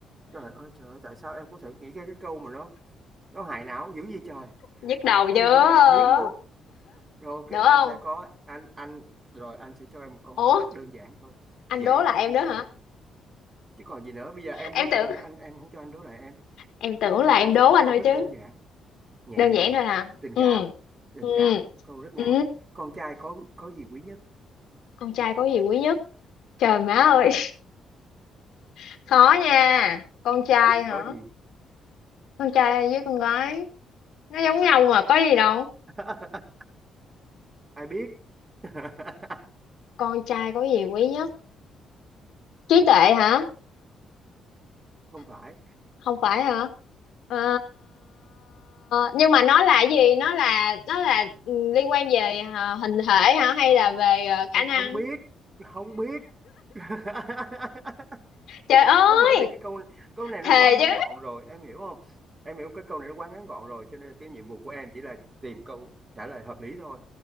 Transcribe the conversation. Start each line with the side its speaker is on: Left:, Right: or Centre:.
Right: trời ơi trời ơi tại sao em có thể nghĩ ra cái câu mà nó nó hại não dữ vậy trời
Left: nhức đầu
Right: nó
Left: chưa
Right: đi đến đoạn thiến luôn Rồi ok
Left: được không
Right: anh sẽ có anh anh rồi anh sẽ cho em một câu
Left: Ủa,
Right: hỏi rất đơn giản thôi
Left: anh
Right: dễ
Left: đố là em
Right: dễ
Left: đó hả?
Right: chứ còn gì nữa bây giờ em
Left: Em
Right: đố anh
Left: tưởng
Right: chẳng lẽ anh em không cho anh đố lại em
Left: em tưởng
Right: bây
Left: là
Right: giờ
Left: em
Right: anh
Left: đố
Right: sẽ có
Left: anh
Right: một câu
Left: thôi
Right: rất
Left: chứ.
Right: đơn giản nhẹ
Left: Đơn
Right: nhàng
Left: giản thôi hả?
Right: tình
Left: Ừ.
Right: cảm tình
Left: Ừ.
Right: cảm câu rất
Left: Ừ.
Right: ngắn con trai có có gì quý nhất
Left: Con trai có gì quý nhất? Trời má ơi, <laughs> khó nha. Con trai hả?
Right: có gì
Left: Con trai với con gái nó giống nhau mà có gì đâu.
Right: <laughs> ai biết <laughs>
Left: Con trai có gì quý nhất? Trí tuệ hả?
Right: không phải
Left: Không phải hả? Ờ, nhưng mà nó là cái gì? Nó là nó là ừ, liên quan về ờ, hình thể hả hay là về ờ,
Right: Ờ,
Left: khả năng?
Right: không biết không biết <laughs>
Left: Trời ơi,
Right: Thế bởi vì cái câu câu này
Left: thề
Right: nó quá ngắn
Left: chứ.
Right: gọn rồi em hiểu không em hiểu cái câu này nó quá ngắn gọn rồi cho nên cái nhiệm vụ của em chỉ là tìm câu trả lời hợp lý thôi